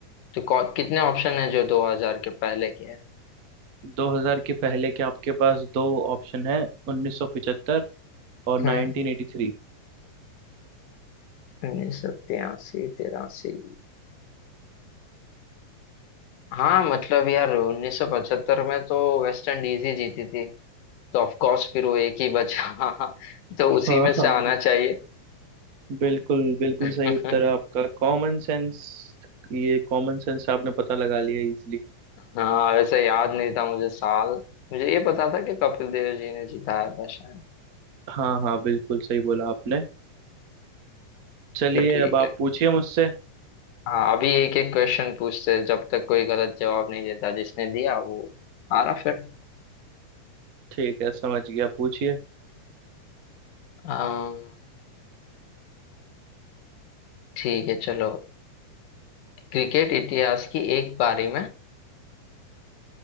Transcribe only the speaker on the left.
तो कौ- कितने ऑप्शन है जो 2000 के पहले के हैं
हम्म उन्नीस सौ तिरासी तिरासी हाँ मतलब यार 1975 में तो वेस्ट इंडीज ही जीती थी तो ऑफ कोर्स फिर वो एक ही बचा <laughs> तो उसी
में
से आना चाहिए
<laughs>
हाँ वैसे याद नहीं था मुझे साल मुझे ये पता था कि कपिल देव जी ने जिताया था शायद
तो ठीक
है
हाँ अभी एक एक क्वेश्चन पूछते हैं जब तक कोई गलत जवाब नहीं देता जिसने दिया वो हारा फिर
अम, ठीक है चलो क्रिकेट इतिहास की एक पारी में